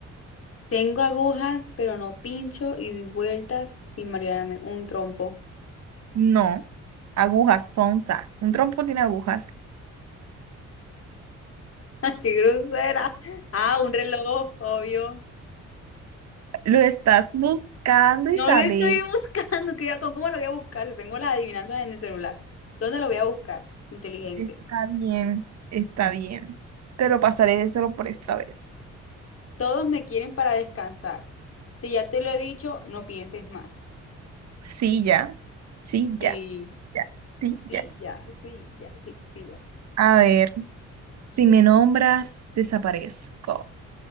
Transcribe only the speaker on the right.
No. Agujas, sonza. Un trompo tiene agujas.
Lo estás buscando,
Isabel.
Está bien, está bien. Te lo pasaré solo por esta vez.
Sí, ya. Sí,
ya. Ya. Sí, ya.
A ver, si me nombras, desaparezco.